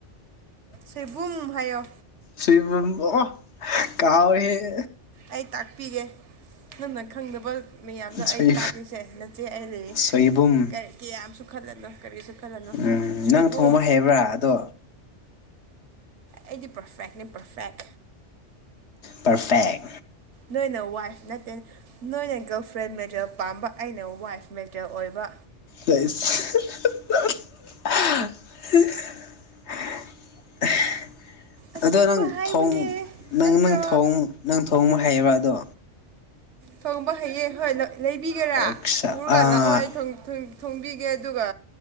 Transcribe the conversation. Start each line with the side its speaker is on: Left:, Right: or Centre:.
Right: ꯁꯣꯏꯕꯨꯝ ꯍꯥꯏꯌꯣ
Left: ꯁꯣꯏꯕꯨꯝ ꯑꯣ ꯀꯥꯎꯋꯦꯍ‌ꯦ
Right: ꯑꯩ ꯇꯥꯛꯄꯤꯒꯦ ꯅꯪꯅ ꯈꯪꯗꯕ ꯃꯌꯥꯝꯗꯣ
Left: ꯁꯣꯏ
Right: ꯑꯩ ꯇꯥꯛꯀꯦꯁꯦ ꯅꯆꯦ ꯑꯩ ꯂꯩꯔꯤ
Left: ꯁꯣꯏꯕꯨꯝ
Right: ꯀꯔꯤ ꯀꯌꯥꯝꯁꯨ ꯈꯜꯂꯅꯨ ꯀꯔꯤꯁꯨ ꯈꯜꯂꯅꯨ
Left: ꯎꯝ
Right: ꯁꯣꯏꯕꯨꯝ
Left: ꯅꯪ ꯊꯣꯡꯕ ꯍꯩꯕ꯭ꯔꯥ ꯑꯗꯣ
Right: ꯑꯩꯗꯤ ꯄꯔꯐꯦꯛꯅꯤ ꯄꯔꯐꯦꯛ
Left: ꯄꯔꯐꯦꯛ
Right: ꯅꯣꯏꯅ ꯋꯥꯏꯐ ꯅꯠꯇꯦ ꯅꯣꯏꯅ ꯒꯜꯐ꯭ꯔꯦꯟ ꯃꯦꯇ꯭ꯔ‌ꯌ‌ꯦꯜ ꯄꯥꯝꯕ ꯑꯩꯅ ꯋꯥꯏꯐ ꯃꯦꯇ꯭ꯔꯌ‌ꯦꯜ ꯑꯣꯏꯕ
Left: <unintelligible>
Right: ꯑꯁꯦꯡꯕ
Left: ꯑꯗꯣ ꯅꯪ
Right: ꯍꯥꯏꯕꯅꯦ
Left: ꯊꯣꯡ ꯅꯪ
Right: ꯅꯠꯇ꯭ꯔꯣ
Left: ꯅꯪ ꯊꯣꯡ ꯅꯪ ꯊꯣꯡꯕ ꯍꯩꯕ꯭ꯔꯥ ꯑꯗꯣ
Right: ꯊꯣꯡꯕ ꯍꯩꯌ‌ꯦ ꯍꯣꯏ ꯂ ꯂꯩꯕꯤꯒꯦꯔꯥ
Left: ꯑꯣꯛꯁꯥ
Right: ꯄꯨꯔꯒ
Left: ꯑꯥ
Right: ꯂꯥꯛꯑꯣ ꯑꯩ ꯊ‌ꯣꯡ ꯊ‌ꯣꯡ ꯊꯣꯡꯕꯤꯒꯦ ꯑꯗꯨꯒ